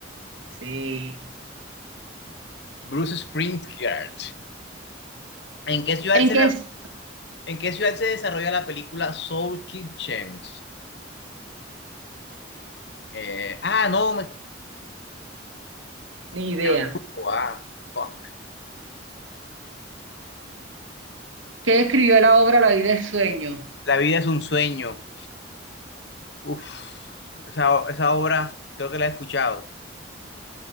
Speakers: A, on the right; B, on the left.
A: Sí.
B: Bruce Springsteen. ¿En qué ciudad
A: ¿En
B: se,
A: qué es?
B: en qué ciudad se desarrolla la película Soul Kitchen? Eh, ah, no, me...
A: Ni idea.
B: en Hamburgo, ah, fuck.
A: ¿Qué escribió la obra La vida es sueño?
B: La vida es un sueño. Uf, esa, esa obra creo que la he escuchado.